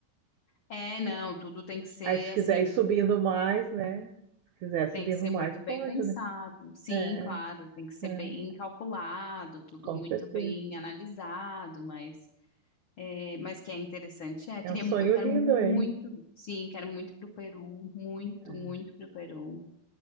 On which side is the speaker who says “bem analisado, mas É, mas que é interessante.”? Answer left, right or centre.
Left